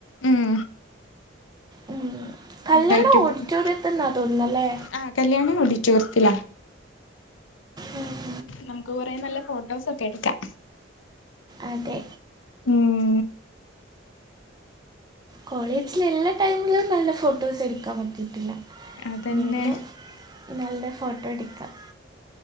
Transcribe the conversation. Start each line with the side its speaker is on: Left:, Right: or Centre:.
Left: ഉം
Right: ഉം, കല്യാണം
Left: ബ്രൈറ്റ്
Right: ഓഡിറ്റോറിയത്ത്ന്നാ
Left: ടു
Right: തോന്ന്ന്നല്ലേ?
Left: ആ കല്യാണം ഓഡിറ്റോറിയത്തിലാ
Right: ഉം
Left: നമുക്ക് കൊറെ നല്ല ഫോട്ടോസൊക്കെ എട്ക്കാം.
Right: അതെ
Left: ഉം
Right: കോളേജില് ഇള്ള ടൈമിലും നല്ല ഫോട്ടോസ് എട്ക്കാൻ പറ്റീട്ടില്ല.
Left: അതന്നെ
Right: ഇനിയെങ്കിലും നല്ല ഫോട്ടോ എടുക്കാം